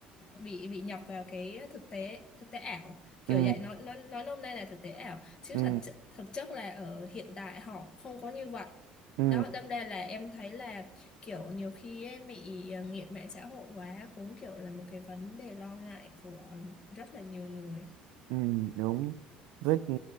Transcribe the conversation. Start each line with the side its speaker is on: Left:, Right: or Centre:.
Left: bị bị nhập vào cái thực tế thực tế ảo. Kiểu
Right: ừ
Left: vậy nó nó nói nôm na là thực tế ảo, chứ
Right: ừ
Left: thật ch- thực chất là ở hiện tại họ không có như vậy.
Right: ừ
Left: Đó, đâm ra là em thấy là kiểu nhiều khi em bị ờ, nghiện mạng xã hội quá cũng kiểu là một cái vấn đề lo ngại của rất là nhiều người.
Right: Ừ, đúng với ừ,